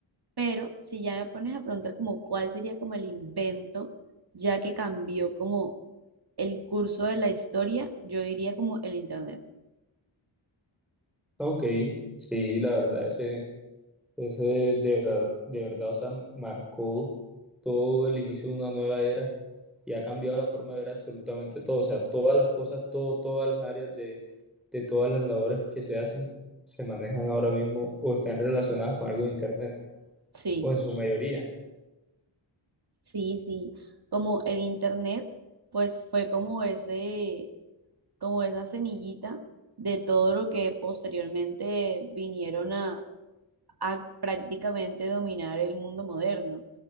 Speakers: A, on the right; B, in the centre.
A: Pero si ya me pones a preguntar como cuál sería como el invento, ya que cambió como el curso de la historia, yo diría como el internet.
B: Ok, sí, la verdad, ese, ese de, ver- de verdad, o sea, marcó todo el inicio de una nueva era y ha cambiado la forma de ver absolutamente todo, o sea, todas las cosas, todo, todas las áreas de, de todas las labores que se hacen, se manejan ahora mismo o están relacionadas con algo de Internet,
A: Sí,
B: o en su mayoría.
A: sí, sí. Como el internet, pues fue como ese, como esa semillita de todo lo que posteriormente vinieron a a prácticamente dominar el mundo moderno,